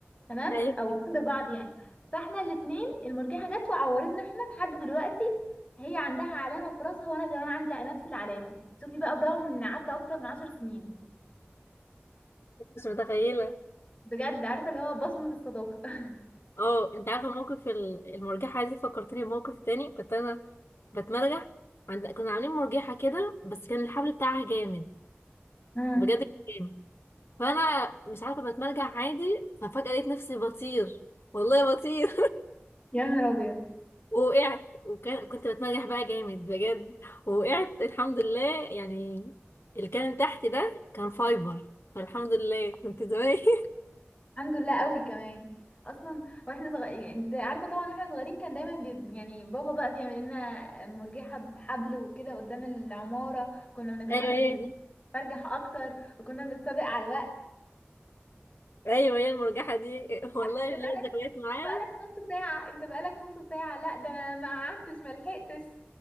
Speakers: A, on the left; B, on the left.
A: تمام
B: ايوه
A: او جنب بعض يعني فاحنا الاتنين المرجيحة جت وعورتنا احنا لحد دلوقتي هي عندها علامة في راسها وانا كمان عندي نفس العلامة شوفي بقى برغم ان عدى اكتر من عشر سنين
B: مش متخيلة
A: بجد عارفة اللي هو بصمة الصداقة <laughs>
B: اه انت عارفة موقف ال- المرجحة دي فكرتني بموقف تاني كنت انا بتمرجح عند كنا عاملين مرجحة كده بس كان الحبل بتاعها جامد
A: امم
B: بجد كان جامد فانا مش عارفة بتمرجح عادي ففجأة لقيت نفسي بطير والله بطير
A: يا نهار ابيض
B: ووقعت وكان كنت بتمرجح بقى جامد بجد ووقعت الحمد لله يعني اللي كان تحت ده كان فايبر فالحمد لله كنت زمان <laughs>
A: الحمد لله قوي كمان اصلا واحنا صغيرين يعني انت عارفه طبعا واحنا صغيرين كان دايما بيب... يعني بابا بقى بيعمل لنا مرجحه بحبل وكده قدام العماره كنا بنتخانق
B: ايوه هي دي
A: نرجح اكتر وكنا بنتسابق على الوقت
B: ايوه هي المرجحه دي <laughs> والله
A: انت بقالك
B: ليا ذكريات معاها
A: بقالك نص ساعه انت بقالك نص ساعه لا ده انا ما قعدتش ما لحقتش